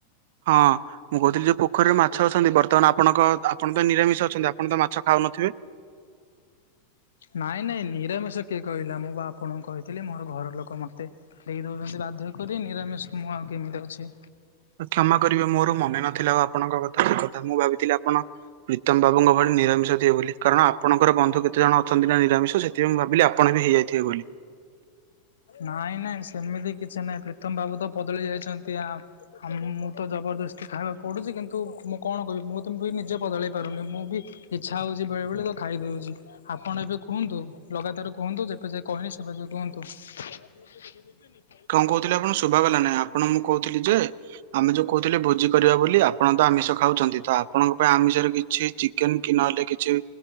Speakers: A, on the right; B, on the left.
A: ହଁ। ମୁଁ କହୁଥିଲି ଯୋଉ ପୋଖରୀରେ ମାଛ ଅଛନ୍ତି ବର୍ତ୍ତମାନ ଆପଣଙ୍କ ଆପଣ ତ ନିରାମିଷ ଅଛନ୍ତି ଆପଣ ତ ମାଛ ଖାଉନଥିବେ।
B: ନାଇଁ ନାଇଁ ନିରାମିଷ କିଏ କହିଲା ମୁଁ ବା ଆପଣଙ୍କୁ କହିଥିଲି ମୋର ଘର ଲୋକ ମତେ ଦେଇ ଦୋଉଛନ୍ତି ବାଧ୍ୟ କରି ନିରାମିଷ ମୁଁ ଆଉ କେମିତି ଅଛି।
A: କ୍ଷମା କରିବେ ମୋର ମନେ ନଥିଲା ଆପଣଙ୍କ କଥା ସେ କଥା ମୁଁ ଭାବିଥିଲି ଆପଣ ପ୍ରୀତମ ବାବୁଙ୍କ ଭଳି ନିରାମିଷ ବୋଲି କାରଣ ଆପଣଙ୍କର ବନ୍ଧୁ କେତେ ଜଣ ଅଛନ୍ତି ନା ନିରାମିଷ ସେଥିପାଇଁ ମୁଁ ଭାବିଲି ଆପଣ ବି ହେଇଯାଇଥିବେ ବୋଲି।
B: ନାଇଁ ନାଇଁ ସେମିତି କିଛି ନାଇଁ ପ୍ରୀତମ ବାବୁ ତ ବଦଳି ଯାଇଛନ୍ତି ଆ ଆ ମୁଁ ତ ଜବରଦସ୍ତି ଖାଇବାକୁ ପଡୁଚି କିନ୍ତୁ ମୁଁ କଣ କହିବି ମୁଁ ତ ମୁଁ ବି ନିଜେ ବଦଳେଇ ପାରୁନି ମୁଁ ବି ଇଚ୍ଛା ହଉଚି ବେଳେଵେଳେ ତ ଖାଇଦୋଉଚି। ଆପଣ ଏବେ କୁହନ୍ତୁ ଲଗାତାର କୁହନ୍ତୁ ଯେତେ ଯାଏ କହିନୀ ସେବେ ଯାଏ କୁହନ୍ତୁ। <unintelligible>
A: କଣ କହୁଥିଲେ ଆପଣ ଶୁଭାଗଲା ନାଇଁ ଆପଣ ମୁଁ କହୁଥିଲି ଯେ ଆମେ ଯୋଉ କୋହୁଥିଲେ ଭୋଜି କରିବା ବୋଲି ଆପଣ ତ ଆମିଷ ଖାଉଚନ୍ତି ତ ଆପଣଙ୍କ ପାଇଁ ଆମିଷରେ କିଛି ଚିକେନ କି ନହେଲେ କିଛି